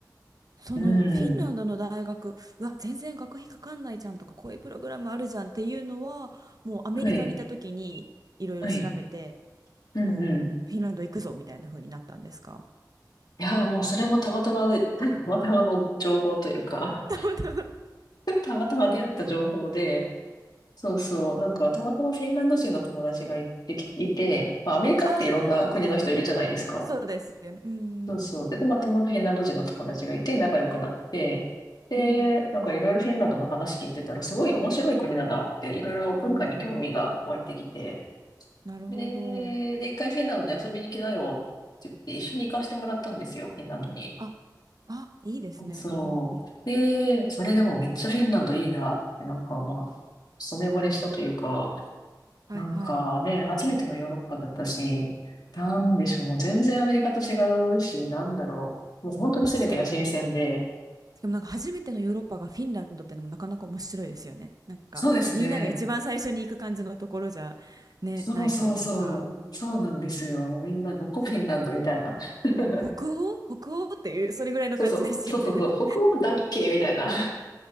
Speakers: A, on the right; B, on the left.
A: そのフィンランドの大学、
B: うん。
A: うわ、全然学費かかんないじゃんとか、こういうプログラムあるじゃんっていうのは、もうアメリカにいた時にいろいろ調べて、
B: はい。はい。うんうん。
A: もうフィンランド行くぞみたいな風になったんですか
B: いやー、もうそれもたまたまで、<laughs> はいたまたまの情報というか
A: たまたま。
B: <laughs> たまたま出会った情報で、そうそう、なんかたまたまフィンランド人の友達がいて、いて、まあ、アメリカっていろんな国の人いるじゃないですか。
A: ああ、そうですよね。うん。
B: そうそう。で、たまたまフィンランド人の友達がいて仲良くなって、で、
A: うん。
B: なんかいろいろフィンランドの話聞いてたら、すごい面白い国だなって、いろいろ文化に興味が湧いてきて、
A: おお、なるほど。
B: で、で、一回フィンランドに遊びに来なよって言って、一緒に行かせてもらったんですよ、フィンランドに。
A: あ、あ、いいですね。
B: そう。
A: うんうん。
B: で、それでもめっちゃフィンランドいいなって、なんかまあ、一目惚れしたというか、
A: はいはい。
B: なんかね、初めてのヨーロッパだったし、なんでしょう、もう全然アメリカと違うし、なんだろう。もう本当に全てが新鮮で。
A: 確かにでもなんか初めてのヨーロッパがフィンランドってのもなかなか面白いですよね。なんかみんなが一番最初に行く感じのところじゃね、
B: そうですね。そうそうそう。
A: ないというか、
B: そうなんですよ。みんなどこフィンランドみたいな。
A: ほ、
B: <laughs>
A: ね、北欧北欧っていう、それぐらいの感じですよね。
B: そうそう、そうそうそう、北欧だっけみたいな。